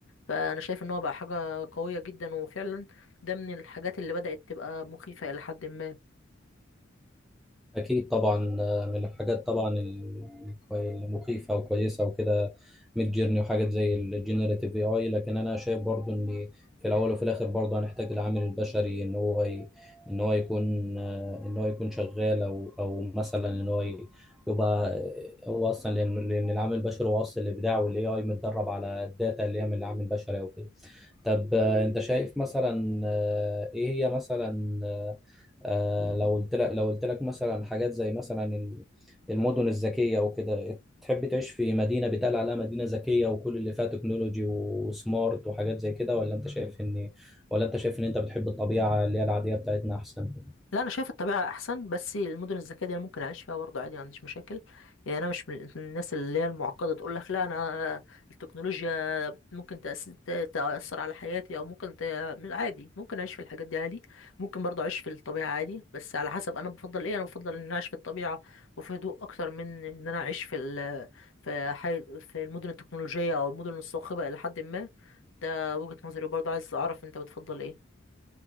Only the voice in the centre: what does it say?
أكيد طبعا آه، من الحاجات طبعا ال- الكوي- المخيفة وكويسة وكده ميد جيرني وحاجات زي الجينيراتيف اي اي لكن أنا شايف برضو إن في الأول وفي الآخر برضو هنحتاج العامل البشري إن هو ي... إن هو يكون آه، إن هو يكون شغال أو أو مثلا إن هو ي- يبقى آه، هو أصلا لأن لأن العامل البشري هو أصل الإبداع والاي اي متدرب على الداتا اللي هي من العامل البشري أو كده طب آه، انت شايف مثلا آه، ايه هي مثلا آه، آه، لو قلت لك لو قلت لك مثلا حاجات زي مثلا ال- المدن الذكية وكده تحب تعيش في مدينة بيتقال عليها مدينة ذكية وكل اللي فيها تكنولوجي وسمارت وحاجات زي كده ولا انت شايف ان ولا انت شايف ان انت بتحب الطبيعة اللي هي العادية بتاعتنا احسن